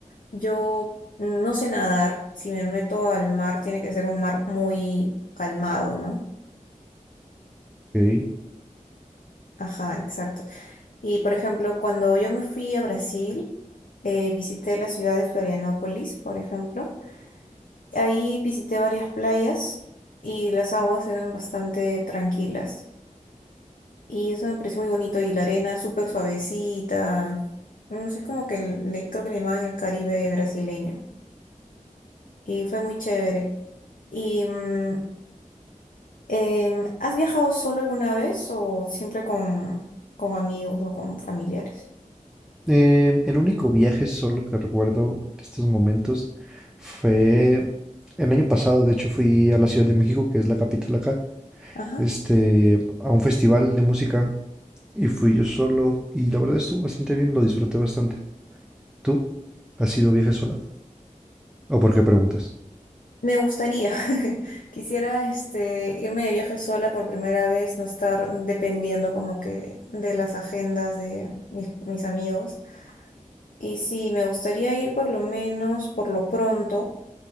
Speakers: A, on the left; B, in the centre.
A: yo no sé nadar. Si me meto al mar, tiene que ser un mar muy calmado, ¿no?
B: ok.
A: Ajá, exacto. Y, por ejemplo, cuando yo me fui a Brasil, eh, visité la ciudad de Florianópolis, por ejemplo. Ahí visité varias playas y las aguas eran bastante tranquilas. Y eso me pareció muy bonito. Y la arena es súper suavecita. No sé, es como que le, creo que le llamaban el Caribe brasileño. Y fue muy chévere. Y mm, em, ¿has viajado solo alguna vez o siempre con, con amigos o con familiares?
B: Eh, el único viaje solo que recuerdo en estos momentos fue el año pasado, de hecho fui a la Ciudad de México, que es la capital acá,
A: Ajá.
B: este, a un festival de música y fui yo solo y la verdad estuvo bastante bien, lo disfruté bastante. ¿Tú has ido viaje sola? ¿O por qué preguntas?
A: Me gustaría. <laughs> Quisiera este irme de viaje sola por primera vez, no estar dependiendo como que de las agendas de mis, mis amigos. Y sí, me gustaría ir por lo menos, por lo pronto,